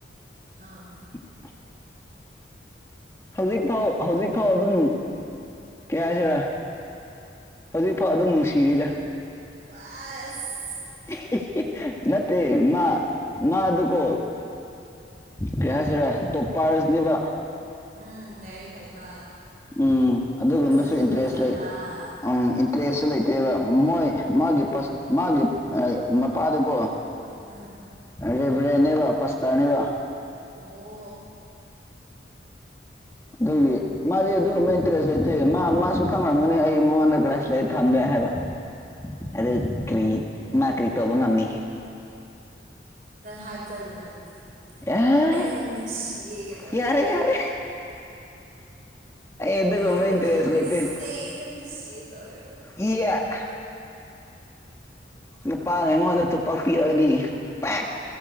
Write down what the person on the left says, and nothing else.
<unintelligible> ꯍꯧꯖꯤꯛ ꯐꯥꯎ ꯍꯧꯖꯤꯛꯐꯥꯎ ꯑꯗꯨꯝ ꯀꯔꯤ ꯍꯥꯏꯁꯤꯔꯥ ꯍꯧꯖꯤꯛꯐꯥꯎ ꯑꯗꯨꯝ ꯅꯨꯡꯁꯤꯔꯤꯗ
ꯍꯤ ꯍꯤ ꯅꯠꯇꯦ ꯃꯥ ꯃꯥ ꯗꯨꯀꯣ ꯀꯔꯤ ꯍꯥꯏꯁꯤꯔ ꯇꯣꯞ ꯄꯥꯔꯁꯅꯦꯕ
ꯎꯝ ꯑꯗꯨꯒꯨꯝꯕꯁꯨ
ꯏꯟꯇꯔꯦꯁ
ꯂꯩ ꯏꯟꯇꯔꯦꯁꯁꯨ ꯂꯩꯇꯦꯕ ꯃꯣꯏ ꯃꯥꯒꯤ ꯄꯥꯁ ꯃꯥꯒꯤ ꯃꯄꯥꯗꯣꯀꯣ
ꯔꯦꯕ꯭ꯔꯦꯟꯅꯦꯕ ꯄꯥꯁꯇꯔꯅꯦꯕ
ꯑꯗꯨꯒꯤ ꯃꯥꯗꯤ ꯑꯗꯨꯒꯨꯝꯕ ꯏꯟꯇꯔꯦꯁ ꯂꯩꯇꯦ ꯃꯥ ꯃꯥꯁꯨ ꯈꯪꯂꯝꯒꯅꯤ ꯑꯩ ꯃꯉꯣꯟꯗ ꯊꯝꯃꯦ ꯍꯥꯏꯕ ꯑꯗꯨ ꯀꯔꯤ ꯃꯥ ꯀꯔꯤ ꯇꯧꯕ ꯉꯝꯅꯤ
ꯑꯦ
ꯌꯥꯔꯦ ꯌꯥꯔꯦ ꯑꯗꯨꯒꯨꯝꯕ
ꯏꯟꯇꯔꯦꯁ
ꯂꯩꯇꯦ
<unintelligible> ꯅꯨꯄꯥꯅ ꯑꯩꯉꯣꯟꯗ ꯇꯣꯄꯥꯛ ꯄꯤꯔꯛꯑꯗꯤ ꯄꯥꯛ